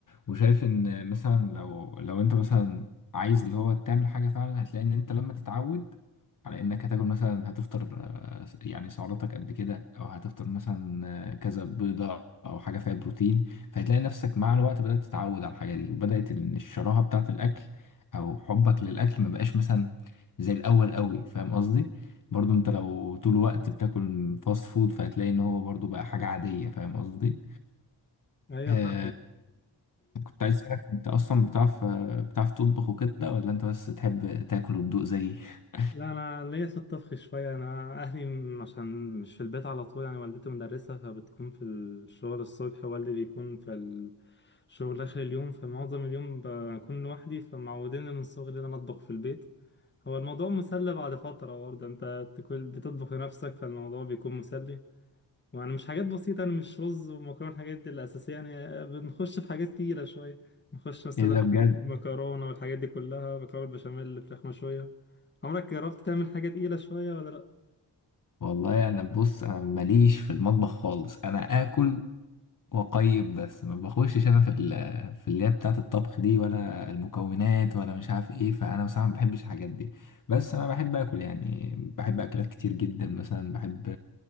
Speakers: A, on the left; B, on the left.
A: وشايف ان مثلا لو لو انت مثلا عايز اللي هو تعمل حاجه فعلا هتلاقي ان انت لما تتعود على انك هتاكل مثلا هتفطر آه، يعني سعراتك قد كده او هتفطر مثلا آه، كذا بيضه او حاجه فيها بروتين فهتلاقي نفسك مع الوقت بدات تتعود على الحاجه دي وبدات إن الشراهه بتاعه الاكل او حبك للاكل ما بقاش مثلا زي الاول قوي فاهم قصدي برضو انت لو طول الوقت بتاكل فاست فود فهتلاقي ان هو برضو بقى حاجة عادية فاهم قصدي
B: ايوه
A: آه
B: فاهم
A: كنت عايز اسألك انت اصلا بتعرف آه، بتعرف تطبخ وكده ولا انت بس تحب تاكل وتدوق زيي <laughs>
B: لا انا ليا في الطبخ شويه انا اهلي م- عشان مش في البيت على طول يعني والدتي مدرسه فبتكون في الشغل الصبح والدي بيكون في الشغل اخر اليوم فمعظم اليوم بكون لوحدي فمعودين من صغري ان انا اطبخ في البيت هو الموضوع مسلي بعد فتره برضه انت بتكون بتطبخ لنفسك فالموضوع بيكون مسلي وانا مش حاجات بسيطة انا مش رز ومكرونة الحاجات دي الأساسية يعني بنخش في حاجات تقيلة شوية نخش مثلا
A: ايه ده بجد
B: مكرونة والحاجات دي كلها مكرونة بالبشاميل فراخ مشوية عمرك جربت تعمل حاجة تقيلة شوية ولا لأ؟
A: والله انا بص انا ماليش في المطبخ خالص انا اكل وقيم بس ما بخشش انا في ال- في اللي هي بتاعه الطبخ دي ولا المكونات ولا مش عارف ايه فانا بصراحه ما بحبش الحاجات دي بس انا بحب اكل يعني بحب اكلات كتير جدا مثلا بحب